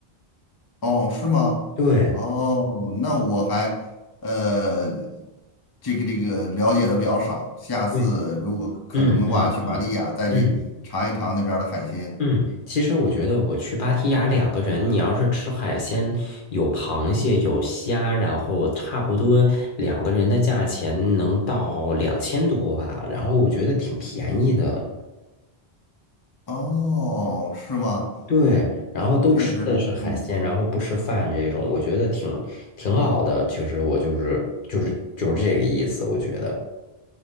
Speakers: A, on the left; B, on the left.
A: 哦，是吗？
B: 对，
A: 哦，那我还呃，这个这个了解的比较少，下次如果可能的话，
B: 对，嗯嗯嗯嗯
A: 去芭提雅再去尝一尝那边儿的海鲜。
B: 嗯，其实我觉得我去芭提雅两个人，你要是吃海鲜，有螃蟹有虾，然后差不多两个人的价钱能到两千多吧，然后我觉得挺便宜的。
A: 哦，是吗？
B: 对，然后都吃的是海鲜，
A: 确实，嗯
B: 然后不吃饭这种，我觉得挺挺好的。其实我就是就是就是这个意思，我觉得。